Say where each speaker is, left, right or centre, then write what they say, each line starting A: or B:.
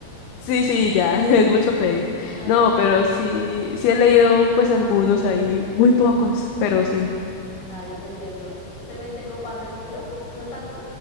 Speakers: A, on the left (about 75°); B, on the left (about 55°).
A: sí, sí, ya, <laughs> es mucho pedir.
B: Ah,
A: No,
B: yo te entiendo.
A: pero sí, sí he leído pues algunos ahí, muy pocos, pero sí,
B: Ah, yo te entiendo. Yo también tengo un par de libros, no tantos,